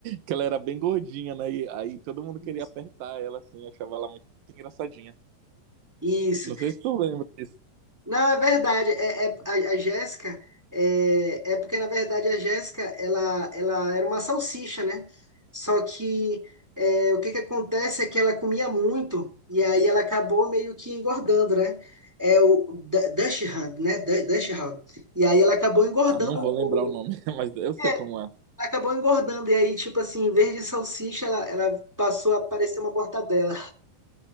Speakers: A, on the right (about 75°); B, in the centre.
A: que ela era bem gordinha, né? E aí todo mundo queria
B: Isso.
A: apertar ela, assim, achava ela muito engraçadinha.
B: Isso.
A: Não sei se tu lembra disso.
B: Não, é verdade. É, é- a, a Jéssica é, é porque, na verdade, a Jéssica ela, ela era uma salsicha, né? Só que é, o que que acontece é que ela comia muito e aí ela acabou meio que engordando, né? É o Du- Dachshund, né? Du- Dachshund. E aí ela acabou engordando
A: Ah, não vou
B: um pouco.
A: lembrar o nome, <laughs> mas eu sei
B: É, ela
A: como é.
B: acabou engordando. E aí, tipo assim, em vez de salsicha, ela, ela passou a parecer uma mortadela.